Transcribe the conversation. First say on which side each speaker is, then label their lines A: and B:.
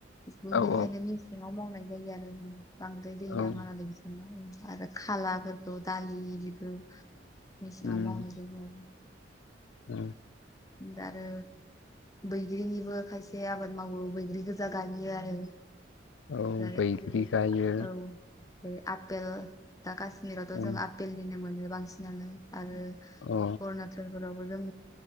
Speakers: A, on the left; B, on the left.
A: बिबो
B: औ
A: बेनिखायनो मेसेंआव मावनाय जायो आरो बांद्राय दै
B: औ
A: नाङानालाय बिसोरनो आरो खालाफोरखौ दालि बिखौ मेसेङाव
B: उम
A: मावनाय जायो।
B: औ।
A: दा आरो। बैग्रिनिबो खायसे आबाद मावो बैग्रि गोजा गायो आरो।
B: औ
A: दा
B: बैग्रि
A: बिदि
B: गायो
A: औ। जेरै आपेल दा काश्मिरावथ'
B: औ
A: जों आपेलनिनो मोनो बांसिनानो आरो अरुणाचलफोरावबो
B: औ
A: जों